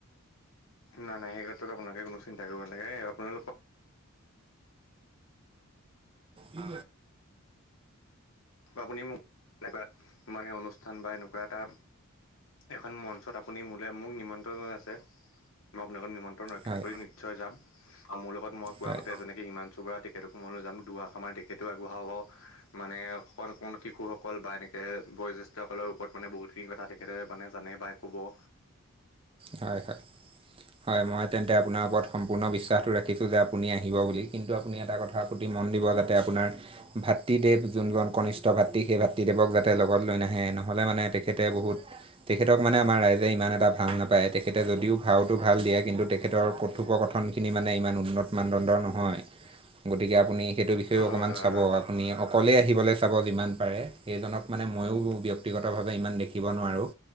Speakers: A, on the left (about 65°); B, on the right (about 25°).
A: নাই-নাই সেই কথাটো আপোনালে কোনো চিন্তা কৰিব লাগে আপোনালোকক
B: অ।
A: আপুনি মোক এনেকুৱা মানে অনুষ্ঠান বা এনেকুৱা এটা এখন মঞ্চত আপুনি মোলৈ মোক নিমন্ত্ৰণ আছে মই আপোনালোকৰ নিম নিমন্ত্ৰণ ৰক্ষা
B: হয়।
A: কৰি নিশ্চয় যাম আৰু মোৰ লগত মই কোৱামতে
B: হয়
A: যেনেকৈ হিমানচু বৰা তেখেতটো মই লৈ যাম দুৱা আখা মান তেখেটো আগবঢ়াব মানে অকণ অণমান শিশুসকল বা এনেকৈ বয়োজ্যেষ্ঠসকলৰ ওপৰত মানে বহুতখিনি কথা তেখেতে মানে জানে বা ক'ব৷
B: হয়-হয়-হয় মই তেন্তে আপোনাৰ ওপৰত সম্পূৰ্ণ বিশ্বাসটো ৰাখিছোঁ যে আপুনি আহি আহিব বুলি কিন্তু আপুনি এটা কথা সুতি মন দিব যাতে আপোনাৰ ভাতৃদেৱ যোনজন কনিষ্ঠ ভাতৃ সেই ভাতৃদেৱক যাতে লগত লৈ নাহে নহ'লে মানে তেখেতে বহুত তেখেতক মানে আমাৰ ৰাইজে ইমান এটা ভাল নাপায়৷ পায় তেখেতে যদিও ভাউটো ভাল দিয়ে কিন্তু তেখেতৰ কথোপকথনখিনি মানে ইমান উন্নত মানদণ্ডৰ নহয়।
A: <inaudible>
B: গতিকে আপুনি সেইটো বিষয়েও অকণমান
A: হয়
B: চাব।
A: হয়।
B: আপুনি অকলেই আহিবলৈ চাব যিমান পাৰে সেইজনক মানে ময়ো ব্যক্তিগতভাৱে ইমান দেখিব নোৱাৰোঁ।